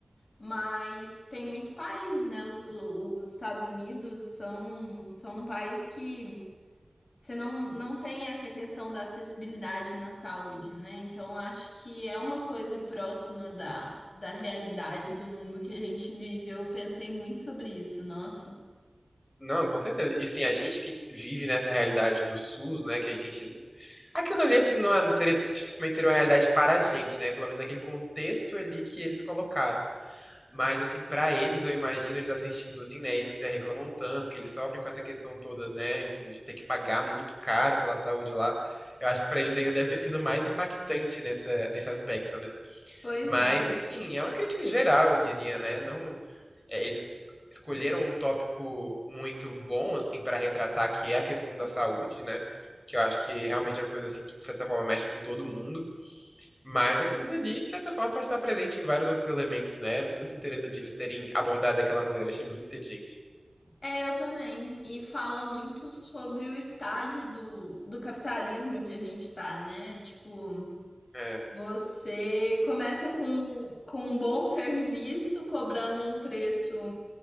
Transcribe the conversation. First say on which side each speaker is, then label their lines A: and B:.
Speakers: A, on the left; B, on the left.
A: mas tem muitos países, né? Os, o- os Estados Unidos são, são um país que. Você não, não tem essa questão da acessibilidade na saúde, né? Então, acho que é uma coisa próxima da, da realidade do mundo que a gente vive. Eu pensei muito sobre isso, nossa.
B: Não, com certeza. E sim, a gente que vive nessa realidade do SUS, né, que a gente. Aquilo dali, assim, não, é- não seria, dificilmente seria uma realidade para a gente, né? Pelo menos naquele contexto ali que eles colocaram. Mas, assim, para eles, eu imagino eles assistindo, assim, né? Eles que já reclamam tanto, que eles sofrem com essa questão toda, né? Enfim, de ter que pagar muito caro pela saúde lá. Eu acho que para eles ainda deve ter sido mais impactante nessa, nesse aspecto, né?
A: Pois
B: Mas,
A: é.
B: assim, é uma crítica geral, eu diria, né? Não, é, eles escolheram um tópico muito bom, assim, para retratar, que é a questão da saúde, né? Que eu acho que realmente é uma coisa, assim, que de certa forma mexe com todo mundo. Mas aquilo dali, de certa forma, pode estar presente em vários outros elementos, né? Muito interessante eles terem abordado daquela maneira, achei muito inteligente.
A: É, eu também. E fala muito sobre o estágio do, do capitalismo que a gente tá, né? Tipo,
B: É,
A: você começa com, com um bom serviço, cobrando um preço.